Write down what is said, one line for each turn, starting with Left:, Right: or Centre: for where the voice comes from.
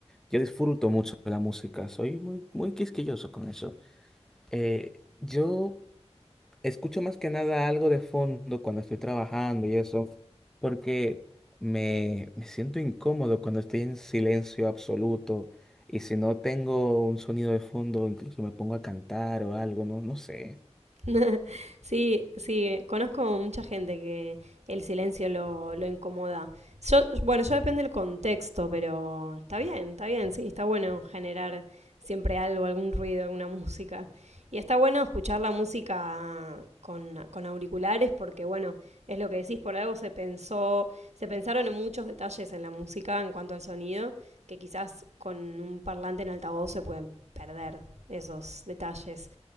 Centre: Yo disfruto mucho de la música, soy muy, muy quisquilloso con eso. Eh, yo escucho más que nada algo de fondo cuando estoy trabajando y eso, porque me, me siento incómodo cuando estoy en silencio absoluto. Y si no tengo un sonido de fondo, incluso me pongo a cantar o algo, no, no sé.
Right: <laughs> Sí, sí, conozco mucha gente que el silencio lo, lo incomoda. Yo, bueno, yo depende del contexto, pero está bien, está bien, sí, está bueno generar siempre algo, algún ruido, alguna música. Y está bueno escuchar la música con, con auriculares porque, bueno, es lo que decís, por algo se pensó, se pensaron en muchos detalles en la música en cuanto al sonido, que quizás con un parlante en altavoz se pueden perder esos detalles.